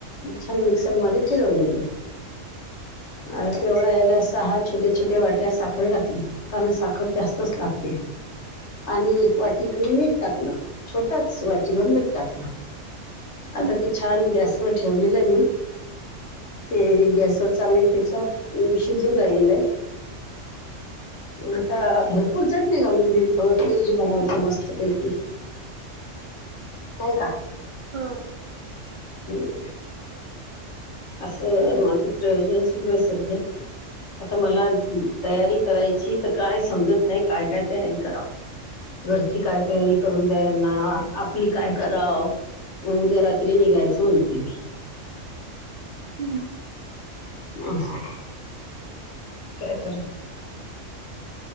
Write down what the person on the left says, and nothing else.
छान मिक्सरमध्ये फिरवले तेे. अ तेवढ्या याला सहा छोट्या छोट्या वाट्या साखर टाकली. कारण साखर जास्त अस लागते. आणि एक वाटी कणी मीठ टाकलं छोटाच वाटीभर मीठ टाकलं.
आता ते छान गॅसवर ठेवलेलं आहे मी. ते गॅसवर चांगले त्याच्यात शिजून राहिलेलं हाय. आता भरप पूर चटणी घालून दे थोडं तेज बनवते मस्तपैकी. हाय कां.
हम. असं माझं प्रयोजन सुरू आहे. सध्या आता मला तयारी. करायची तर काय समजत नाही काय काय तयारी करावं. घरची काय तयारी करून द्या यांना आपली काय कराव. मग उद्या रात्री निघायचं म्हणते मी.
आसंय. काय करा.